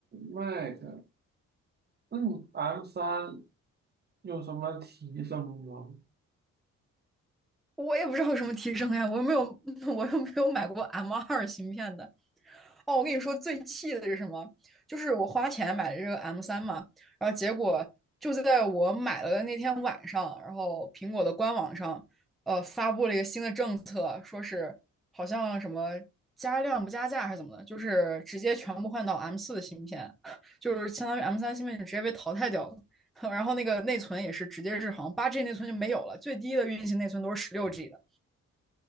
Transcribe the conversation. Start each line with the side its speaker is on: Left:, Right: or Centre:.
Right: Mac，那你 M 三有什么提升吗？
Centre: 我也不知道有什么提升呀，我又没有，<laughs> 我又没有买过 M 二芯片的。哦，我跟你说最气的是什么？就是我花钱买的这个 M 三嘛，然后结果就在我买了的那天晚上，然后苹果的官网上，呃，发布了一个新的政策，说是好像什么加量不加价还是怎么的，就是直接全部换到 M 四的芯片，<laughs> 就是相当于 M 三芯片就直接被淘汰掉了。<laughs> 然后那个内存也是直接是好像八 G 内存就没有了，最低的运行内存都是十六 G 的，